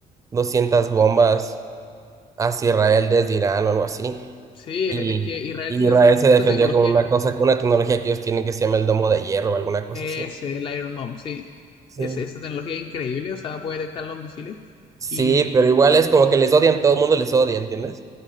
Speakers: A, on the right; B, on the left.
A: 200 bombas hacia Israel desde Irán o algo así.
B: Sí,
A: Y,
B: es es que Israel
A: y
B: tiene
A: Israel
B: esa,
A: se
B: esa
A: defendió
B: tecnología.
A: con una cosa, con una tecnología que ellos tienen que se llama el domo de hierro o alguna cosa
B: Es
A: así.
B: el Iron Dome, sí.
A: Sí.
B: Es, esa tecnología increíble, o sea, puede detectar los misiles.
A: Sí,
B: Y
A: pero igual es como que les odian, todo el mundo les odia, ¿entiendes?